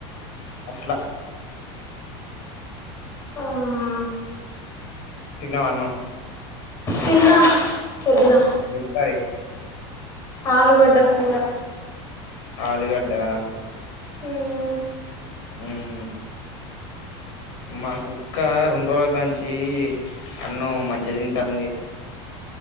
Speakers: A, on the left; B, on the left.
A: అట్లా
B: ఆ ఆ
A: తిన్నావ అన్నం?
B: తిన్నా, పొద్దున
A: ఏం కర్రీ
B: ఆలుగడ్డ కూర
A: ఆలుగడ్డా?
B: ఉమ్
A: ఉమ్ మాకుక్క రెండురోజుల కాంచి, అన్నం మంచిగా తింటాంది.